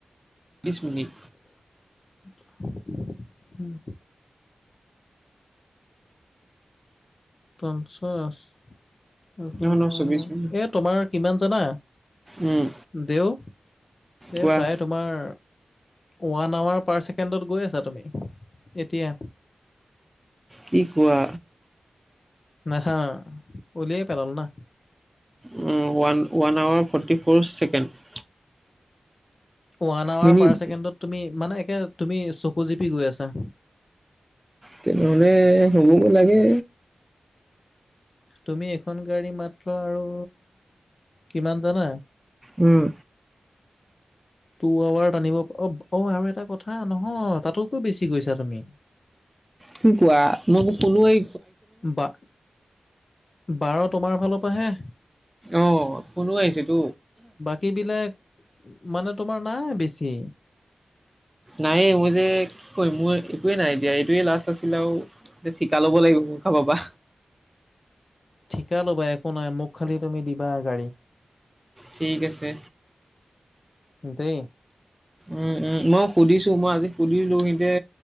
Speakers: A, on the right; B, on the left.
A: বিছ মিনিট।
B: <inaudible> উম পঞ্চাছ এইফালে
A: নহয় নহয়
B: তোৰ
A: চৌবিশ
B: সেই
A: মিনিট
B: এত তোমাৰ কিমান জানা
A: উম
B: দেউ এ
A: কোৱা
B: প্ৰায় তোমাৰ ওৱান আৱাৰ পাৰ ছেকেণ্ডত গৈ আছা তুমি এতিয়া।
A: কি কোৱা?
B: নেহা উলিয়াই পেলালো না।
A: উম, one -one hour forty four second.
B: One hour
A: minute
B: পাৰ ছেকেণ্ডত তুমি মানে একে তুমি চকু জিপি গৈ আছা।
A: তেনেহ'লে হ'ব গৈ লাগে।
B: তুমি এখন গাড়ী মাত্ৰ আৰু কিমান জানা?
A: উম।
B: টু আৱাৰ টানিব অ অ আৰু এটা কথা নহয় তাতোতকৈ বেছি গৈছা তুমি।
A: কি কোৱা মই বোলো শুলোৱেই।
B: বা, বাৰ তোমাৰ ফালৰ পৰাহে।
A: অ কোনো আহিছে তো।
B: টিবিলাক মানে তোমাৰ নাই বেছি।
A: নায়ে মই যে কি কৰিম মোৰ একোৱে নাই এতিয়া এইটোৱে লাষ্ট আছিলে আও। ঠিকা ল'ব লাগিব মোৰ কাবা পা।
B: ঠিকা ল'বা একো নাই মোক খালি তুমি দিবা এগাড়ী।
A: ঠিক আছে।
B: দেই।
A: উম উম মই সুধিছো মই আজি সুধিলো সিহঁতে